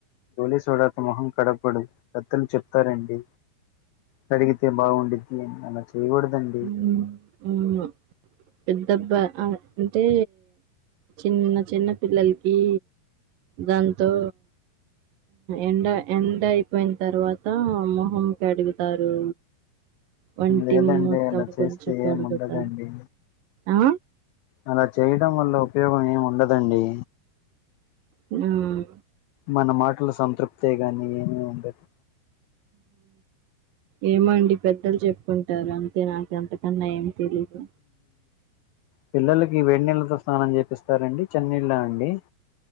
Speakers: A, on the left (about 85°); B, on the right (about 60°).
A: గోలీ సోడాతో మొహం కడగుడు పెత్తలు చెప్తారండి కడిగితే బాగుండిద్ది అని అనా చేయగూడదని
B: అవును పెద్దబ్బా అంటే చిన్న చిన్న పిల్లల్కి దాంతో ఎండ ఎండ అయిపోయిన తర్వా మొహం కడుగుతారు వంటి
A: లేదండి అలా చేస్తే
B: కొంచెం కరుగుతా
A: ఏం ఉండదండి
B: ఆ
A: అలా చేయడం వల్ల ఉపయోగం ఏముండదండి
B: మ్మ్
A: మన మాటలు సంతృప్తే గాని ఏమి ఉండదు
B: ఏమండి పెద్దలు చెప్పుకుంటారు అంతే నాకు అంతకన్నా ఏం తెలీదు
A: పిల్లలకి వేడి నీళ్ళతో స్నానం చేపిస్తారండి చెన్నీళ్ళ అండి